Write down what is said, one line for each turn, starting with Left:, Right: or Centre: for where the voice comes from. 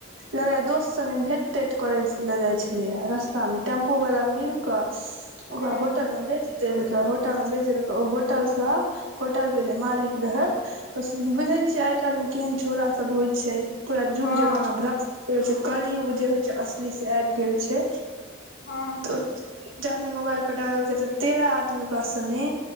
Right: लगैये दोस्त संगे भेंट तेंट करै ले जाय छेलैये रास्ता मे टेम्पू टेम्पु वाला मिल कऽ ओकरा
Left: हँ
Right: होटल मे बेच बेच देलकै होटल मे बेच देलकै ओ होटल सऽ होटल के जे मालिक रहै बुझे छियै आइ काल्हि मे केहन छौरा सब होइ छै पूरा
Left: हँ
Right: जुग जमाना भ्रष्ट कहै छै कलयुग जे होइ छै असली से आबि गेल छै
Left: हँ
Right: तऽ जहने मोबइल पर डाललकै तऽ तेरह आदमी ओकरा सने